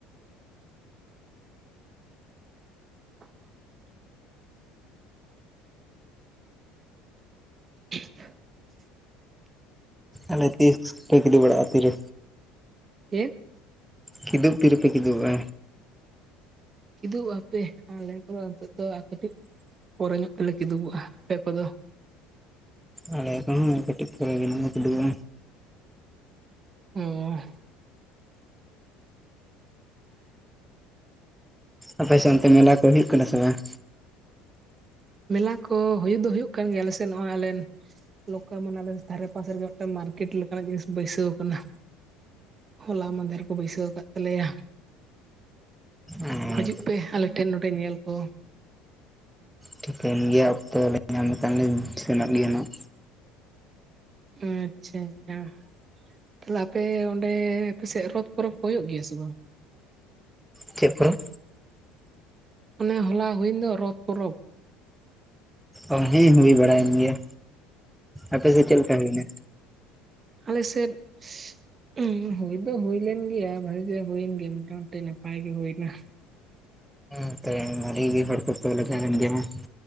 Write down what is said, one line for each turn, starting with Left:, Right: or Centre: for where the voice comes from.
Right: <inaudible> <inaudible>
Centre: ᱟᱞᱮ ᱛᱤᱥ <unintelligible> ᱵᱟᱲᱟᱜᱼᱟ ᱛᱤᱨᱮ᱾
Right: <inaudible>
Centre: ᱠᱤᱫᱩᱵ ᱛᱤᱨᱮ ᱯᱮ ᱠᱤᱫᱩᱵᱚᱜᱼᱟ?
Right: ᱠᱤᱫᱩᱵ ᱦᱟᱯᱮ ᱟᱞᱮ ᱠᱚᱫᱚ ᱱᱤᱛᱚᱜ ᱫᱚ ᱠᱟᱹᱴᱤᱡ ᱯᱚᱨᱮ ᱧᱚᱜ ᱛᱮᱞᱮ ᱠᱤᱫᱩᱵᱚᱜᱼᱟ, ᱟᱯᱮ ᱠᱚᱫᱚ?
Centre: ᱟᱞᱮ ᱠᱟᱦᱚᱸ᱾ ᱟᱨ ᱠᱟᱹᱴᱤᱡ ᱯᱟᱨᱮ ᱜᱮ ᱱᱟᱦᱟᱜ ᱞᱮ ᱠᱤᱫᱩᱵᱚᱜᱼᱟ᱾
Right: ᱚᱸ
Centre: ᱟᱯᱮ ᱥᱮᱜ ᱚᱱᱛᱮ ᱢᱮᱞᱟ ᱠᱚ ᱦᱩᱭᱩᱜ ᱠᱟᱱᱟ ᱥᱮ ᱵᱟᱝ?
Right: ᱢᱮᱞᱟ ᱠᱚ ᱦᱩᱭᱩᱜ ᱫᱚ ᱦᱩᱭᱩᱜ ᱠᱟᱱ ᱜᱮᱭᱟ ᱟᱞᱮᱥᱮᱱ ᱱᱚᱜᱼᱚᱭ ᱟᱞᱮᱱ ᱞᱚᱠᱟ ᱢᱟᱱᱮ ᱟᱞᱮ ᱫᱷᱟᱨᱮ ᱯᱟᱥᱮ ᱨᱮᱜᱮ ᱢᱤᱫᱴᱮᱝ ᱢᱟᱨᱠᱮᱰ ᱞᱮᱠᱟᱱᱟᱜ ᱡᱤᱱᱤᱥ ᱵᱟᱹᱭᱥᱟᱹᱣ ᱠᱟᱱᱟ᱾ ᱦᱚᱞᱟ ᱢᱟᱸᱫᱷᱮᱨ ᱠᱚ ᱵᱟᱹᱭᱥᱟᱹᱣ ᱠᱟᱫ ᱛᱟᱞᱮᱭᱟ᱾
Centre: ᱟᱨ
Right: ᱦᱟᱹᱡᱩᱜ ᱯᱮ ᱟᱞᱮᱴᱷᱮᱱ ᱱᱚᱸᱰᱮ ᱧᱮᱞ ᱠᱚ᱾
Centre: ᱴᱷᱤᱠᱟᱹᱱ ᱜᱮᱭᱟ ᱚᱠᱛᱚ ᱞᱮ ᱧᱟᱢ ᱞᱮᱠᱷᱟᱱ ᱞᱮ ᱥᱮᱱᱚᱜ ᱜᱮᱭᱟ ᱱᱟᱜ᱾
Right: ᱟᱪᱪᱷᱟ ᱟᱪᱪᱷᱟ ᱛᱟᱦᱞᱮ ᱟᱯᱮ ᱚᱸᱰᱮ ᱟᱯᱮᱥᱮᱜ ᱨᱚᱛ ᱯᱚᱨᱚᱵᱽ ᱠᱚ ᱦᱩᱭᱩᱜ ᱜᱮᱭᱟ ᱥᱮ ᱵᱟᱝ?
Centre: ᱪᱮᱜ ᱯᱚᱨᱚᱵᱽ?
Right: ᱚᱱᱮ ᱦᱚᱞᱟ ᱦᱩᱭᱮᱱ ᱫᱚ ᱨᱚᱛ ᱯᱚᱨᱚᱵᱽ᱾
Centre: ᱚ ᱦᱮᱸ ᱦᱩᱭ ᱵᱟᱲᱟᱭᱮᱱ ᱜᱮᱭᱟ, ᱟᱯᱮᱥᱮᱜ ᱪᱮᱜ ᱞᱮᱠᱟ ᱦᱩᱭᱱᱟ?
Right: ᱟᱞᱮ ᱥᱮᱫ ᱩᱸ ᱦᱩᱭ ᱫᱚ ᱦᱩᱭ ᱞᱮᱱ ᱜᱮᱭᱟ ᱵᱷᱟᱜᱤ ᱜᱮ ᱦᱩᱭᱮᱱ ᱜᱮᱭᱟ ᱢᱚᱴᱟ ᱢᱩᱴᱤ ᱱᱟᱯᱟᱭ ᱜᱮ ᱦᱩᱭᱱᱟ᱾
Centre: <unintelligible> ᱟᱹᱰᱤᱜ ᱜᱮ ᱦᱚᱲ ᱠᱚᱠᱚ ᱞᱟᱜᱟᱣ ᱞᱮᱱ <unintelligible>